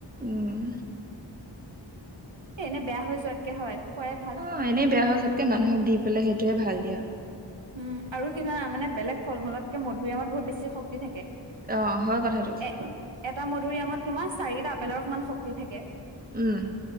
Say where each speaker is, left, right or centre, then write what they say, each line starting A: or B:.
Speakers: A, on the right (about 20°); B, on the right (about 75°).
A: উ'ম।
B: এ এনে বেয়া হৈ যোৱাতকে হয় খোৱাই ভাল।
A: অ এনে বেয়া সজতকে মানুহক দি পেলাই সেইটোয়ে ভাল দিয়া।
B: উ আৰু কিমা মানে বেলেগ ফল-মূলতকে মধুৰিআমত বহুত বেছি শক্তি থাকে।
A: অ হয়, কথাটো।
B: এ এটা মধুৰিআমত তোমাৰ চাৰিটা আপেলৰ সমান শক্তি থাকে।
A: উম।